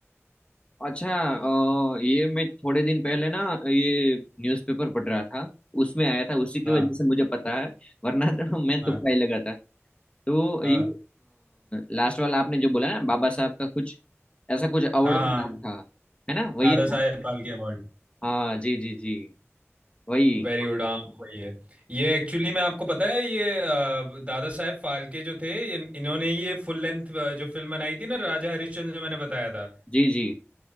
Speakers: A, on the left; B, on the right.
A: अच्छा अ, ये मैं थोड़े दिन पहले ना ये न्यूज़पेपर पढ़ रहा था उसमें आया था उसी की
B: हाँ
A: वजह से मुझे पता है वरना तो <laughs> मैं
B: हाँ
A: तुक्का ही लगा था तो
B: हाँ
A: ये लास्ट वाला आपने जो बोला ना बाबा साहब का कुछ ऐसा कुछ अवार्ड
B: हाँ
A: का
B: हाँ,
A: नाम था है ना वही
B: Dada
A: है ना
B: Saheb Phalke award
A: हाँ जी जी जी वही
B: Very good हाँ वही है ये एक्चुअली मैं आपको पता है ये अ, दादा साहब फाल्के जो थे इन, इन्होंने ही ये फुल लेंथ जो फिल्म बनाई थी ना राजा हरिश्चंद्र जो मैंने बताया था
A: जी जी